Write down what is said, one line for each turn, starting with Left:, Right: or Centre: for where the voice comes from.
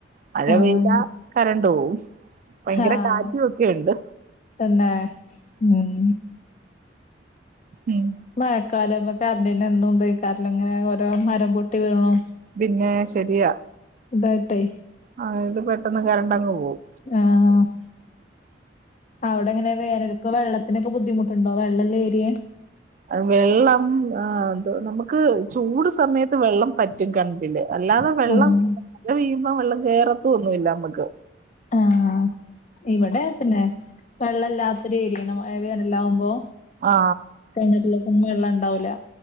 Right: മഴ
Left: ആഹ്
Right: പെയ്ത കരണ്ട് പോകവും ഭയങ്കര
Left: ആഹ്
Right: കാറ്റും ഒക്കെുണ്ട്
Left: തന്നെ ഉം
Right: ഉം
Left: മഴക്കാലം അപ്പൊ കറന്റിന് എന്തും തിക്കാറല്ലോ ഇങ്ങനെ ഓരോ മരം പൊട്ടി വീണോ
Right: പിന്നെ ശരിയാ
Left: ഇതായിട്ടെ
Right: ആഹ് ഇത് പെട്ടെന്ന് കരണ്ടങ്ങ് പോകവും
Left: ആഹ് അവിടെങ്ങനെ വേനൊക്ക വെള്ളത്തിനൊക്കെ ബുദ്ധിമുട്ടുണ്ടോ വെള്ളല്ലേരിയേ
Right: വെള്ളം ആ നമുക്ക് ചൂട് സമയത്ത് വെള്ളം പറ്റും കിണറ്റില് അല്ലാതെ വെള്ളം
Left: ആഹ്
Right: വീ്പം വെള്ളം കയറത്ത ഒന്നുമല്ല നമ്മക്ക്
Left: ആഹ് ഇവിടെ തന്നെ വെള്ളല്ലാത്ത ഒത്തിരികരിക്കണം വേനൽ ആകുമ്പോ
Right: ആ
Left: കെണറ്റിലക്കും വെള്ളം ഉണ്ടാവൂല